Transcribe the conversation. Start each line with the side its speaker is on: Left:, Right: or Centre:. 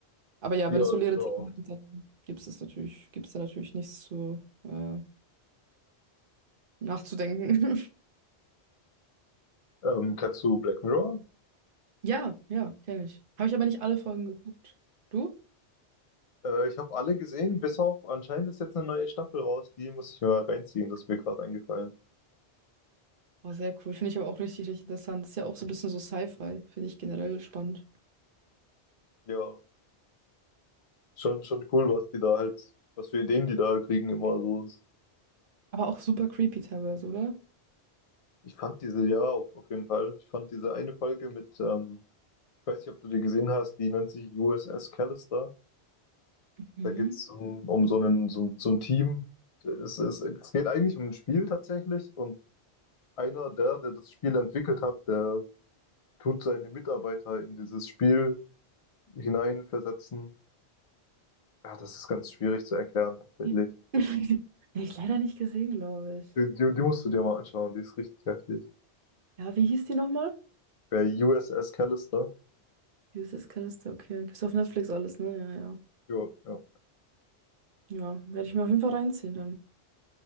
Right: Aber ja,
Left: ja,
Right: wenn das so leere
Left: genau.
Right: Themen sind, dann gibt es natürlich, gibt es da natürlich nichts zu äh, nachzudenken. <laughs>
Left: Ähm, kennst du Black Mirror?
Right: Ja, ja, kenne ich. Habe ich aber nicht alle Folgen geguckt. Du?
Left: Äh, ich habe alle gesehen, bis auf anscheinend ist jetzt eine neue Staffel raus, die muss ich mal reinziehen, das ist mir gerade eingefallen.
Right: Oh, sehr cool. Finde ich aber auch richtig, richtig interessant. Ist ja auch so ein bisschen so Sci-Fi. Finde ich generell spannend.
Left: Ja, schon, schon cool, was die da halt, was für Ideen die da kriegen immer so.
Right: Aber auch super creepy teilweise, oder?
Left: Ich fand diese, ja, auf, auf jeden Fall. Ich fand diese eine Folge mit, ähm, ich weiß nicht, ob du die gesehen hast, die nennt sich USS Callister.
Right: Mhm.
Left: Da geht es um, um so einen, so, so ein Team. Es, es, es geht eigentlich um ein Spiel tatsächlich und einer der, der das Spiel entwickelt hat, der tut seine Mitarbeiter in dieses Spiel hineinversetzen. Ja, das ist ganz schwierig zu erklären tatsächlich.
Right: <laughs> Habe ich leider nicht gesehen, glaube ich.
Left: Die, die, die musst du dir mal anschauen, die ist richtig heftig.
Right: Ja, wie hieß die nochmal?
Left: Bei USS Callister.
Right: USS Callister, okay. Gibt's auf Netflix alles, ne?
Left: Jo, ja.
Right: Ja, ja. Ja, werde ich mir auf jeden Fall reinziehen dann.